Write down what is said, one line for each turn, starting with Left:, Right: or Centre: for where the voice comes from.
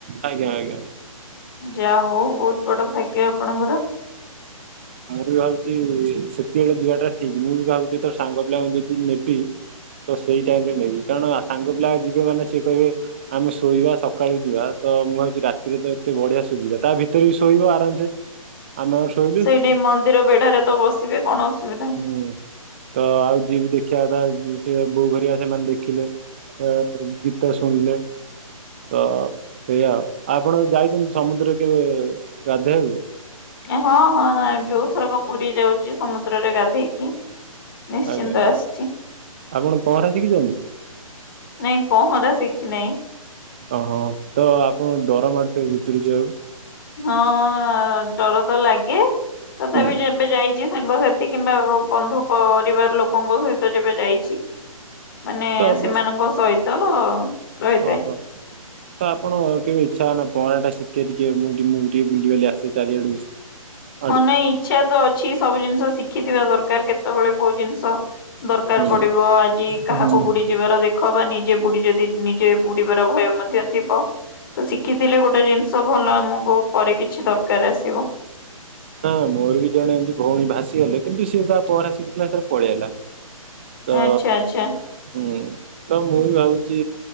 Right: ଆଜ୍ଞା ଆଜ୍ଞା
Left: ଯା ହଉ ବହୁତ ବଡ ଭାଗ୍ୟ ଆପଣଙ୍କର।
Right: ମୁଁ ବି ଭାବୁଛି ସେତକି ବେଳେ ଯିବାଟା ଠିକ ମୁଁ ବି ଭାବୁଛି ଏଥର ସାଙ୍ଗ ପିଲାଙ୍କୁ ଯଦି ନେବି ତ ସେଇ ଟାଇମରେ ନେବି କାରଣ ସାଙ୍ଗ ପିଲା ଯିବେ ମାନେ ସିଏ କହିବେ ଆମେ ଶୋଇବା ସକାଳକୁ ଯିବା ତ ମୁଁ ଭାବୁଛି ରାତିରେ ତ ଏତେ ବଢିଆ ସୁବିଧା ତା ଭିତରେ ବି ଶୋଇବ ଆରାମସେ। ଆମେ ଆଉ ଶୋଇ। <inaudible>
Left: ନାଇଁ ମନ୍ଦିର ବେଢାରେ ତ ବସିବେ କଣ ଅସୁବିଧା।
Right: ହୁଁ, ତ ଆଉ ଯିଏ ବି ଦେଖିବା କଥା ସେ ବୋଉ ଘରିକା ସେମାନେ ଦେଖିଲେ। ଏ ଗୀତ ଶୁଣିଲେ। ତ ଏଇଆ ଆଉ। ଆପଣ ଯାଇଛନ୍ତି ସମୁଦ୍ରରେ କେବେ ଗାଧେଇ ବାକୁ?
Left: ହଁ, ହଁ, ଯୋଉ ଥରକ ପୁରୀ ଯାଉଛି ସମୁଦ୍ରରେ ଗାଧେଇକି ନିଶ୍ଚିନ୍ତ
Right: ଆଜ୍ଞା ଆଜ୍ଞା
Left: ଆସିଛି।
Right: ଆପଣ ପହଁରା ଶିଖିଛନ୍ତି?
Left: ନାଇଁ ପହଁରା ଶିଖି ନେଇଁ।
Right: ଓହୋ ତ ଆପଣଙ୍କୁ ଡର ମାଡୁଥିବ ଭିତୁରୁ ଯିବାକୁ।
Left: ହଁ, ଡର ତ ଲାଗେ। ତଥାପି
Right: ହୁଁ,
Left: ଯେବେ ଯାଇଛି ସାଙ୍ଗସାଥି କିମ୍ବା ବନ୍ଧୁ ପରିବାର ଲୋକଙ୍କ ସହିତ ଯେବେ ଯାଇଛି ମାନେ
Right: ତ ଆପଣ
Left: ସେମାନଙ୍କ ସହିତ ରହିଥାଏ।
Right: ଓହୋ। ତ ଆପଣ କେବେ ଇଛା ହୁଏ ନା ପହଁରା ଟା ଶିଖେ ଟିକେ ମୁଁ ମୁଁ ଟିକେ ବୁଲିବାଲି ଆସେ ଚାରିଆଡୁ <inaudible>
Left: ହଁ, ନାଇଁ ଇଛା ତ ଅଛି ସବୁ ଜିନିଷ ଶିଖିଥିବା ଦରକାର କେତେବେଳେ କୋଉ ଜିନିଷ ଦରକାର
Right: ହୁଁ।
Left: ପଡିବ ଆଜି କାହାକୁ
Right: ହୁଁ।
Left: ବୁଡି ଯିବାର ଦେଖ ଖ ବା ନିଜେ ବୁଡି ଯଦି ନିଜେ ବୁଡିବାର ଭୟ ମଧ୍ୟ ଥିବ। ତ ଶିଖିଥିଲେ ଗୋଟେ ଜିନିଷ ଭଲ ଆମକୁ ପରେ କିଛି ଦରକାର ଆସିବ।
Right: ତ ମୋର ବି ଜଣେ ଏମିତି ଭଉଣୀ ଭାସିଗଲେ କିନ୍ତୁ ସିଏ ତା ପହିଁରା ସିଖି ଥିଲା ତାର ପଳେଇ ଆଈଲା। ତ
Left: ଆଚ୍ଛା ଆଚ୍ଛା
Right: ହୁଁ। ତ ମୁଁ ବି ଭାବୁଛି